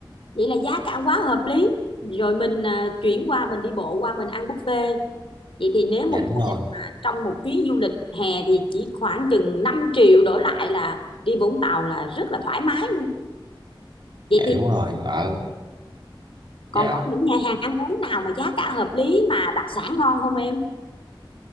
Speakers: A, on the left (about 85°); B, on the right (about 60°).
A: Vậy là giá cả quá hợp lý. Rồi mình à, chuyển qua mình đi bộ qua mình ăn buffet. Vậy thì nếu một
B: dạ đúng rồi
A: gia đình mà trong một chuyến du lịch hè thì chỉ khoảng chừng 5 triệu đổ lại là đi Vũng Tàu là rất là thoải mái luôn. Vậy
B: dạ
A: thì
B: đúng rồi ở
A: còn
B: dạ
A: có những nhà hàng ăn uống nào mà giá cả hợp lý mà đặc sản ngon không em?